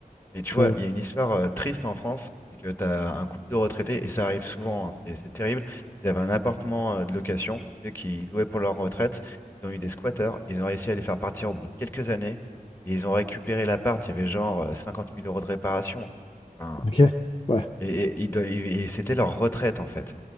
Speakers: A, on the left; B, on the left.
A: Et tu vois,
B: Ah,
A: il y a une histoire euh, triste en France, c'est que tu as un couple de retraités, et ça arrive souvent, hein, c'est c'est terrible. Ils avaient un appartement euh, de location, tu sais, qu'ils louaient pour leur retraite. Ils ont eu des squatteurs, ils ont réussi à les faire partir au bout de quelques années, et ils ont récupéré l'appart. Il y avait genre euh, 50 000 euros de réparation. hein. Enfin,
B: ok. Ouais.
A: et et- ils doivent- et c'était leur retraite, en fait.